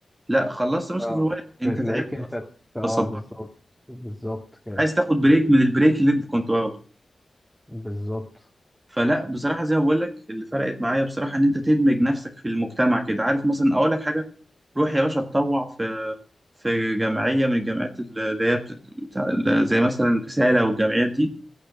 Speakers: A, on the right; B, in the centre.
A: لا خلصت مسكه
B: اه
A: الموبايل
B: تلاقيك
A: انت تعبت
B: انت
A: اصلا
B: اه
A: تصدعت
B: بالظبط بالظبط كده
A: عايز تاخد بريك من البريك اللي انت كنت واخده
B: بالظبط
A: فلا بصراحة زي ما بقول لك اللي فرقت معايا بصراحة إن أنت تدمج نفسك في المجتمع كده عارف مثلا أقول لك حاجة روح يا باشا اتطوع في في جمعية من الجمعيات اللي هي بت... بتاع- زي مثلا رسالة والجمعيات دي